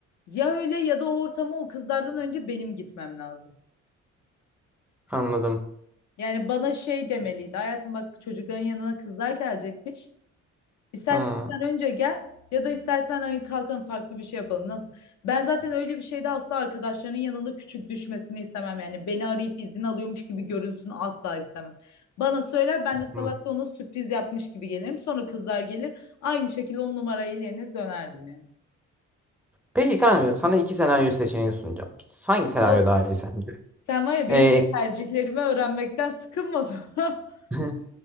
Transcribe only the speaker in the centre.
Anladım.
Hmm.
Hı.
Peki kanka sana iki senaryo seçeneği sunacağım. Hangi senaryo
daha iyi sence?
Ee,
<laughs>